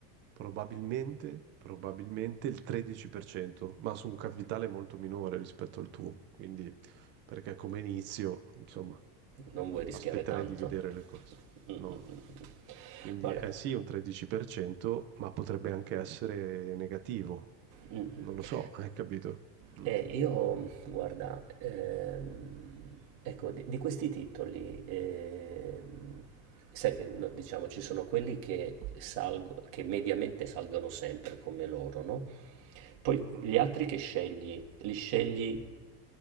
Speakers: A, on the right; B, on the right.
A: Probabilmente, probabilmente il 13%, ma su un capitale molto minore rispetto al tuo. Quindi, perché come inizio, insomma,
B: Non vuoi rischiare
A: aspetterei
B: tanto.
A: di vedere le cose.
B: Mm,
A: No.
B: mm, mm, mm.
A: Quindi
B: Guarda,
A: è sì un 13%, ma potrebbe anche essere negativo.
B: Mm, mm.
A: Non lo so, <laughs> hai capito? Mm.
B: Eh, io, guarda, ehm, ecco, di, di questi titoli, ehm, sai che no, diciamo ci sono quelli che salgo, che mediamente salgono sempre come loro, no? Poi
A: Mhm.
B: gli altri che scegli, li scegli